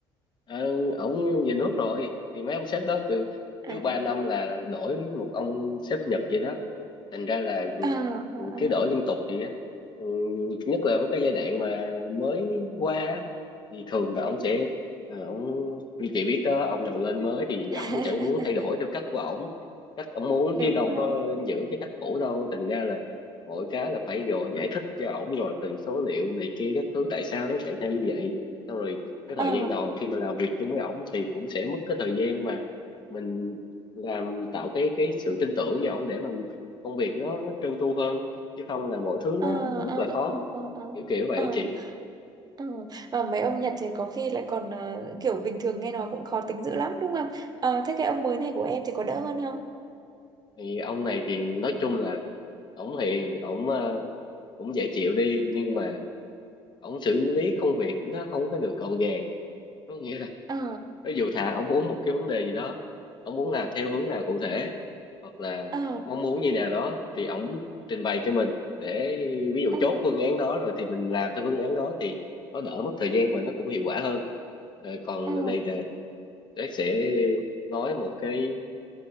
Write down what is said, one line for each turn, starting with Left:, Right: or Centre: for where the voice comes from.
Left: Ờ, ổng về nước rồi thì mấy ông sếp đó cứ
Right: À.
Left: cứ ba năm là đổi một ông sếp Nhật vậy đó thành ra là
Right: À, à,
Left: ừ,
Right: à.
Left: cứ đổi liên tục vậy á ừ, nhất là mấy cái giai đoạn mà mới qua á, thì thường là ông sẽ ờ, ông như chị biết đó ông nào lên mới thì
Right: <laughs>
Left: ông chẳng muốn thay đổi theo cách của ổng cách ông muốn
Right: Đúng
Left: chứ đâu
Right: rồi.
Left: có giữ cái cách cũ đâu thành ra là mọi cái là phải rồi giải thích cho ổng rồi từ số liệu này kia các thứ tại sao nó xảy ra như vậy xong rồi cái thời
Right: ờ
Left: gian đầu khi mà làm việc chung với ổng thì cũng sẽ mất cái thời gian mà mình làm tạo cái cái sự tin tưởng với ổng để mà công việc nó trơn tru hơn chứ không là mọi thứ
Right: ờ
Left: nó rất
Right: ờ
Left: là
Right: ờ
Left: khó
Right: ờ ờ ờ
Left: kiểu kiểu vậy
Right: ờ, ờ.
Left: chị
Right: ờ, Và mấy ông Nhật thì có khi lại còn ờ, kiểu bình thường nghe nói cũng khó tính dữ lắm đúng không? Ờ, thế cái ông mới này của em thì có đỡ hơn không?
Left: thì ông này thì nói chung là ổng hiền ổng ờ, cũng dễ chịu đi nhưng mà ổng xử lý công việc nó không có được gọn gàng có nghĩa là
Right: ờ
Left: ví dụ thà ông muốn một cái vấn đề gì đó ông muốn làm theo hướng nào cụ thể hoặc là
Right: ờ
Left: mong muốn như nào đó thì ông trình bày cho mình để ví dụ
Right: ờ
Left: chốt phương án đó rồi thì mình làm theo phương án đó thì nó đỡ mất thời gian và nó cũng hiệu quả hơn Ờ, còn
Right: ờ
Left: lần này là Jack sẽ nói một cái